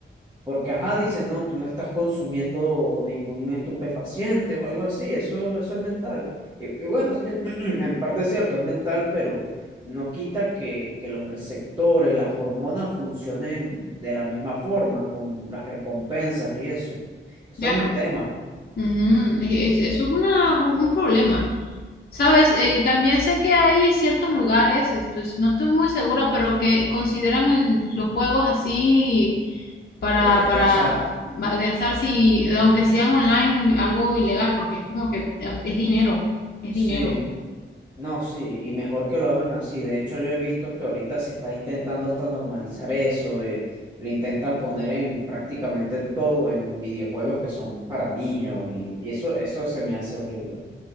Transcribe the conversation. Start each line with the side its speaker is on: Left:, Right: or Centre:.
Right: Porque, ajá, dice, no, tú no estás consumiendo ningún estupefaciente o algo así, eso, eso es mental. Y, y bueno, sí, <clears throat> en parte es cierto, es mental, pero no quita que, que los receptores, las hormonas funcionen de la misma forma, con las recompensas y eso. Eso
Left: Ya
Right: es un tema
Left: Ujú, e, es- Eso es una, un problema. Sabes, Eh, también sé que hay ciertos lugares, esto es- no estoy muy segura, pero que consideran el- los juegos así para,
Right: de, de-
Left: para
Right: de azar.
Left: ma- de azar, si, aunque sean online, algo ilegal, porque es como que es es dinero, es
Right: Sí.
Left: dinero.
Right: No, sí, y mejor que lo hagan así. De hecho, yo he visto que ahorita se está intentando hasta normalizar eso. eh, Lo intentan poner en prácticamente en todo, en videojuegos que son para niños, y, y eso, eso se me hace horrible.